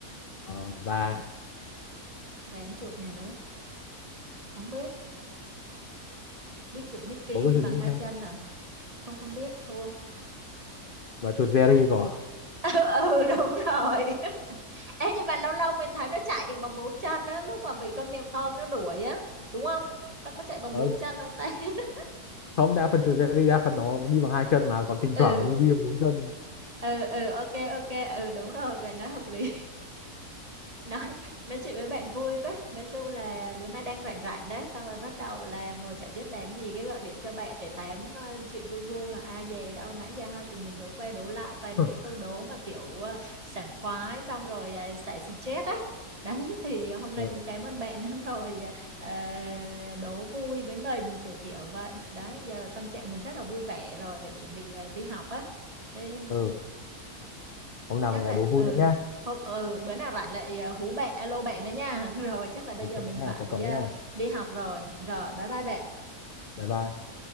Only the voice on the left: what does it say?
ờ và
Bố
cứ suy
nghĩ
thế.
Và chuột Jerry cậu ạ.
Ờ,
không, đa phần chuột Jerry, đa phần nó, nó đi bằng hai chân mà, còn thỉnh
thoảng nó mới đi bằng bốn chân.
<laughs>
Ừ.
Ừ. Hôm nào
mình
lại đố vui
nữa nhá.
Ok
nhá,
chào cậu
nhá.
Bye bye.